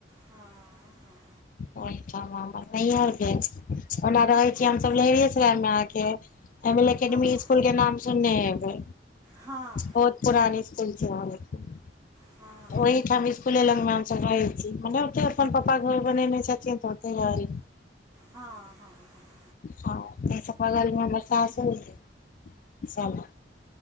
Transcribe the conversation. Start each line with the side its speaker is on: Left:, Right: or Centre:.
Right: हँ। हँ
Left: ओहिठाम हम्मर नैहर भेल, ओना रहै छी
Right: अच्छा
Left: हमसभ लेहरियेसराय में अहाँके। एमल एकडमी
Right: हँ
Left: इस्कूल के नाम सुनने हेब्बै
Right: हँ
Left: ओ। पुरान इस्कूल छै ओहै में,
Right: हँ
Left: ओहिठाम इस। कूले लग में हमसब रहै छी, मने ओते अपन पप्पा घर बनेने छथिन तऽ ओते रहै छी।
Right: हँ हँ हँ
Left: हं तै सऽ बगल में हमर। सासुर भेल सब।